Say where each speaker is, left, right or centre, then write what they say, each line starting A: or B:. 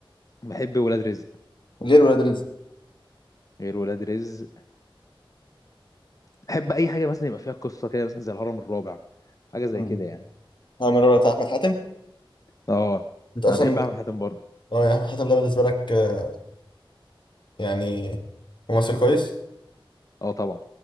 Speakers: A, on the left; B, on the left.
A: بحب ولاد رزق
B: غير ولاد رزق
A: غير ولاد رزق بحب اي حاجه مثلا يبقى فيها قصه كده مثلا زي الهرم الرابع حاجه زي
B: امم
A: كده يعني
B: عامل الرابع بتاع احمد حاتم
A: اه
B: انت اصلا
A: انا بحب احمد حاتم برضه
B: اه يا احمد حاتم ده بالنسبه لك آه، يعني ممثل كويس
A: اه طبعا